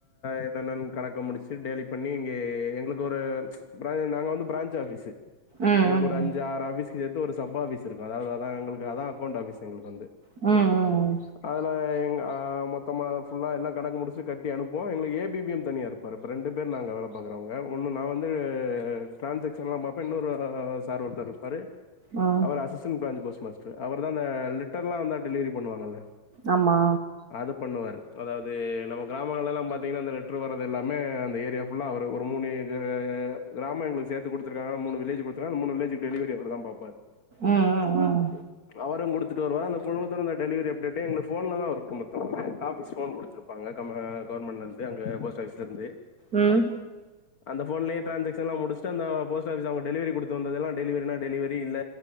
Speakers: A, on the left; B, on the right.
A: என்னெனன் கணக்க முடிச்சு டேலி பண்ணி இங்கே எங்கள்க் ஒரு பிரவ் நாங்க வந்து பிரான்ச் ஆஃபிஸ்
B: ம் ம்
A: எங்கள்க்கு ஒரு அஞ்சு ஆறு ஆஃபீஸ்கு சேத்து ஒரு சப் ஆஃபீஸ் இருக்கு அதாவ்து தா எங்கள்க்கு அதா அக்கௌண்ட் ஆஃபீஸ் எங்களுக்கு வந்து
B: ம்
A: <inaudible>
B: ம்
A: அதுல எ அ மொத்தமா ஃபுல்லா எல்லா கணக்கு முடிச்சுட்டு கட்டி அனுப்புவோ எங்கள்க்கு ஏ பி பி எம் தனியாருக் குறப்பா ரெண்டு பேர் நாங்க வேல பாக்குறோவங்க ஒன்னு நா வந்து ட்ரான்சக்ஷன்லா பாப்பா இன்னொரு சார் ஒருத்தர் இரு ப்பாரு
B: ம்
A: அவர் அசிஸ்டன்ட் பிராஞ்ச் போஸ்ட் மாஸ்டர் அவர்தா இந்த லிட்டர்லா வந்தா டெலிவரி பண்ணுவாங்கல்ல
B: ஆமா
A: அது பண்ணுவாரு அதாவ்து நம்ம கிராமங்கள்லலா பாத்தீங்கன்னா இந்த லெட்ரு வர்றது எல்லாமே அந்த ஏரியா ஃபுல்லா அவரு ஒரு மூணு எ கிராம எங்களுக் சேத்து குடுத்ருக்காங்க மூனு வில்லேஜ் குடுத்துறுகாங்க அந்த மூணு வில்லேஜ்க்கு டெலிவரி அவர்தா பாப்பாரு
B: ம் ம் ம்
A: அவரு குடுத்துட்டு வருவா அந்த குழுவத்துல உள்ள டெலிவரி அப்டேட்டெ எங்ளுக்கு ஃபோன்லதா இர்க்கு மொத்தமாவெ ஆஃபிஸ் ஃபோன் குடுத்ருப்பாங்க கவர்மா கவர்மெண்ட்ல இருந்து து அங்க போஸ்ட் ஆஃபிஸ்ல இருந்து
B: ம்
A: அந்த ஃபோன்லயே ட்ரான்சாக்ன்ஷலா முடிச்ட்டு அந்த போஸ்ட் ஆஃபிஸ் அவங்க டெலிவரி குடுத்த வந்ததல்லா டெலிவரினா எடுத் டெலிவரி இல்ல